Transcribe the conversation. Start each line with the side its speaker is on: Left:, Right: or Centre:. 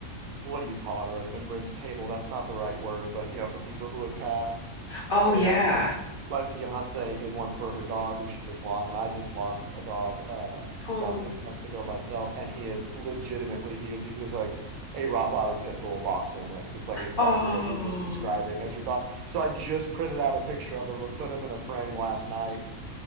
Right: what do you call it? A remembrance table. That's not the right word, but you know, for people who had passed.
Left: Oh,
Right: And
Left: yeah.
Right: my fiance did one for her dog who she just lost, and I just lost a dog uh,
Left: Oh,
Right: about six months ago myself, and he is legitimately he was he was like a Rottweiler pit bull boxer mix. It's like exactly
Left: oh,
Right: what you're just describing as your dog. So I just printed out a picture of him and put him in a frame last night.